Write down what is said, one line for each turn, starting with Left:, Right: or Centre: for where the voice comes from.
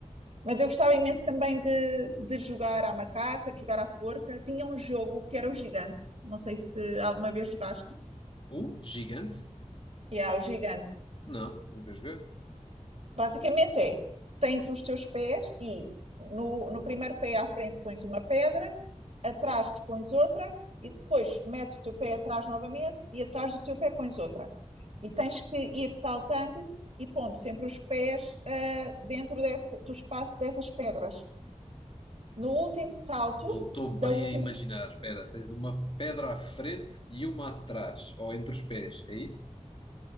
Right: Mas eu gostava imenso também de, de jogar à macaca, de jogar à forca. Tinha um jogo que era o gigante. Não sei se alguma vez jogaste.
Left: O gigante?
Right: E há o gigante.
Left: Não, nunca joguei.
Right: Basicamente é, tens os teus pés e no, no primeiro pé à frente pões uma pedra, atrás pões outra e depois metes o teu pé atrás novamente e atrás do teu pé pões outra. E tens que ir saltando e pondo sempre os pés uh, dentro desse, do espaço dessas pedras. No último salto
Left: Não estou
Right: da
Left: bem
Right: última
Left: a imaginar.
Right: pessoa,
Left: Espera, tens uma pedra à frente e uma atrás, ou entre os pés, é isso?